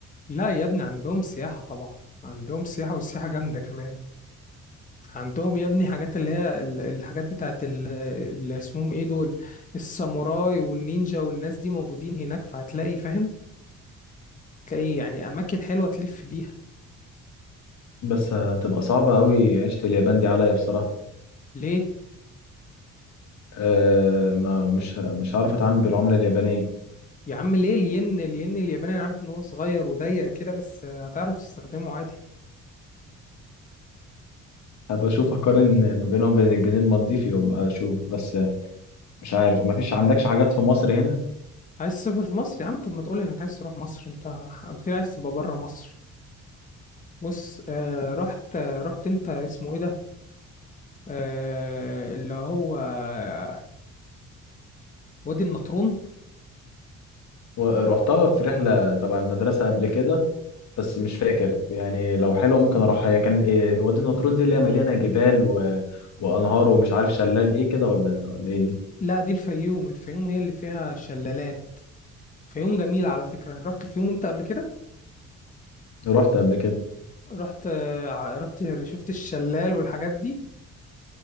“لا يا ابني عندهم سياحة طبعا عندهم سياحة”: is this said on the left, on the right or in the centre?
Left